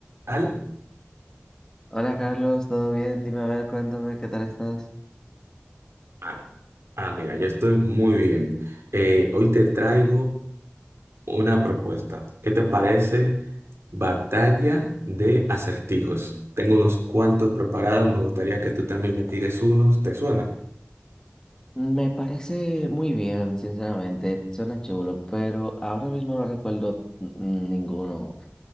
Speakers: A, on the right; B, on the left.
A: tal?
B: Hola Carlos, ¿todo bien? Dime a ver, cuéntame, ¿qué tal estás?
A: Ah, ah, mira, yo estoy muy bien. Eh, hoy te traigo una propuesta. ¿Qué te parece? Batalla de acertijos. Tengo unos cuantos preparados. Me gustaría que tú también me tires unos. ¿Te suena?
B: Me parece muy bien, sinceramente, suena chulo, pero ahora mismo no recuerdo n- n- ninguno.